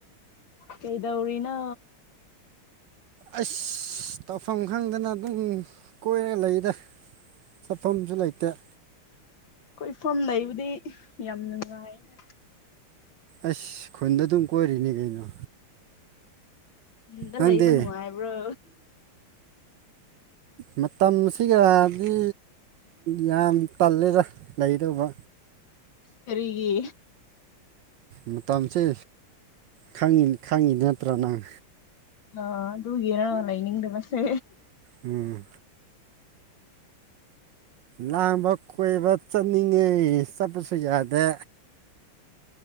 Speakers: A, on the left; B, on the right.
A: ꯀꯩꯗꯧꯔꯤꯅꯣ
B: ꯑꯁ ꯇꯧꯐꯝ ꯈꯪꯗꯅ ꯑꯗꯨꯝ ꯀꯣꯏꯔ ꯂꯩꯗ ꯆꯠꯐꯝꯖꯨ ꯂꯩꯇꯦ
A: ꯀꯣꯏꯐꯝ ꯂꯩꯕꯗꯤ ꯌꯥꯝ ꯅꯨꯡꯉꯥꯏꯅꯦ
B: ꯑꯁ ꯈꯨꯟꯗ ꯑꯗꯨꯝ ꯀꯣꯏꯔꯤꯅꯦ ꯀꯩꯅꯣ
A: ꯅꯨꯡꯗ
B: ꯅꯪꯗꯤ
A: ꯂꯩꯕ ꯅꯨꯡꯉꯥꯏꯕ꯭ꯔꯣ
B: ꯃꯇꯝꯁꯤꯒꯗꯤ ꯌꯥꯝ ꯇꯜꯂꯦꯗ ꯂꯩꯗꯧꯕ
A: ꯀꯔꯤꯒꯤ
B: ꯃꯨꯇꯝꯆꯦ ꯈꯪꯉꯤꯟ ꯈꯪꯉꯤ ꯅꯠꯇ꯭ꯔꯣ ꯅꯪ
A: ꯑꯥ ꯑꯗꯨꯒꯤꯔꯥ ꯂꯩꯅꯤꯡꯗꯕꯁꯦ
B: ꯎꯝ ꯂꯥꯡꯕ ꯀꯣꯏꯕ ꯆꯠꯅꯤꯡꯉꯦ ꯆꯠꯄꯁꯨ ꯌꯥꯗꯦ